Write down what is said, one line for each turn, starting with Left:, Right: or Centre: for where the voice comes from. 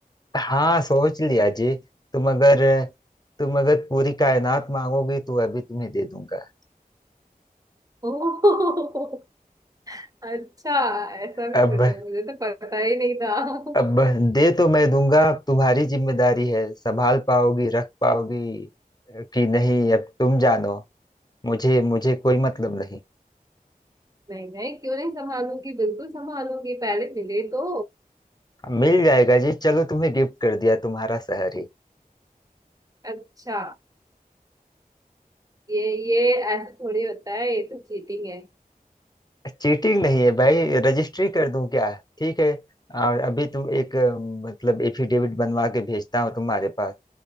Left: हाँ सोच लिया जी तुम अगर तुम अगर पूरी कायनात मांगोगी तो अभी तुम्हें दे दूंगा
Right: <laughs> ओह अच्छा ऐसा भी
Left: अब
Right: कुछ है मुझे तो पता ही नहीं था <laughs>
Left: अब बस दे तो मैं दूंगा अब तुम्हारी जिम्मेदारी है संभाल पाओगी रख पाओगी अ, कि नहीं अब तुम जानो मुझे मुझे कोई मतलब नहीं
Right: नहीं नहीं क्यों नहीं संभालूंगी बिल्कुल संभालूंगी पहले मिले तो
Left: हाँ, मिल जाएगा जी चलो तुम्हें गिफ्ट कर दिया तुम्हारा शहर ही
Right: अच्छा ये ये ऐसा थोड़ी होता है ये तो चीटिंग है
Left: चीटिंग नहीं है भाई रजिस्ट्री कर दूं क्या ठीक है और अभी तुम एक अ, मतलब एफिडेविट बनवा के भेजता हूँ तुम्हारे पास